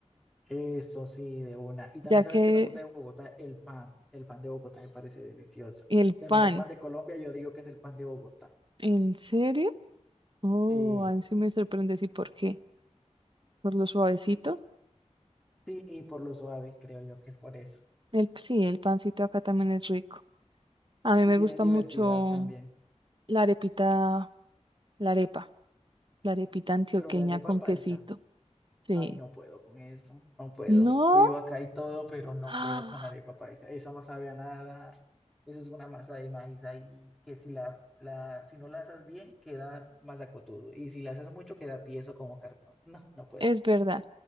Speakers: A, in the centre; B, on the right (about 45°).
A: Eso sí, de una. Y también
B: Ya que
A: sabes que me gusta de Bogotá el pan. El pan de Bogotá me parece delicioso.
B: el pan,
A: El mejor pan de Colombia, yo digo que es el pan de Bogotá.
B: ¿en serio? Oh,
A: Sí,
B: ahí sí me sorprende, ¿y por qué? ¿Por lo suavecito?
A: sí, y por lo suave, creo yo que es por eso.
B: El, sí, el pancito acá también es rico. A mí
A: Y
B: me
A: tienen
B: gusta
A: diversidad
B: mucho
A: también.
B: la arepita La arepa, la arepita antioqueña
A: Pero la arepa
B: con
A: paisa.
B: quesito. Sí.
A: Ay, no puedo con eso, no puedo.
B: No,
A: Vivo acá y todo, pero no
B: ¡Ah!
A: puedo con la arepa paisa. Eso no sabe a nada. Eso es una masa de maíz ahí que si la, la, si no la haces bien, queda masacotudo. Y si la haces mucho, queda tieso como cartón. No, no puedo.
B: es verdad.